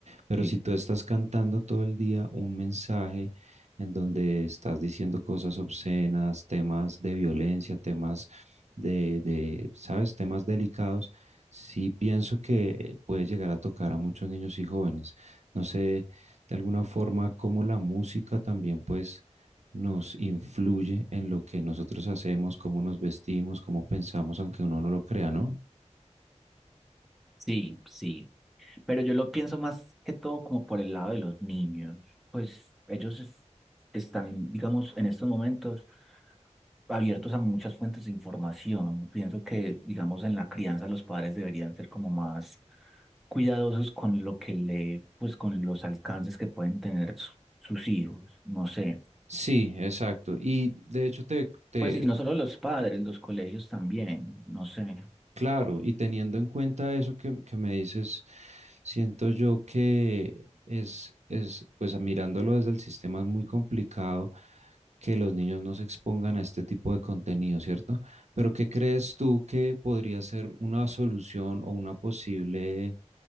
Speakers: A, on the right; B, in the centre.
A: Pero
B: sí,
A: si tú estás cantando todo el día un mensaje en donde estás diciendo cosas obscenas, temas de violencia, temas de, de, ¿sabes? Temas delicados, sí pienso que eh, puede llegar a tocar a muchos niños y jóvenes. No sé, de alguna forma, cómo la música también, pues, nos influye en lo que nosotros hacemos, cómo nos vestimos, cómo pensamos, aunque uno no lo crea, ¿no?
B: sí, sí. Pero yo lo pienso más que todo como por el lado de los niños. Pues ellos es- están, digamos, en estos momentos abiertos a muchas fuentes de información. Pienso que, digamos, en la crianza los padres deberían ser como más cuidadosos con lo que le, pues con los alcances que pueden tener su- sus hijos. No sé.
A: Sí, exacto. Y de hecho te, te,
B: Pues y no solo los padres, los colegios también. No sé.
A: Claro, y teniendo en cuenta eso que, que me dices, siento yo que es, es, pues mirándolo desde el sistema es muy complicado que los niños no se expongan a este tipo de contenido, ¿cierto? Pero ¿qué crees tú que podría ser una solución o una posible,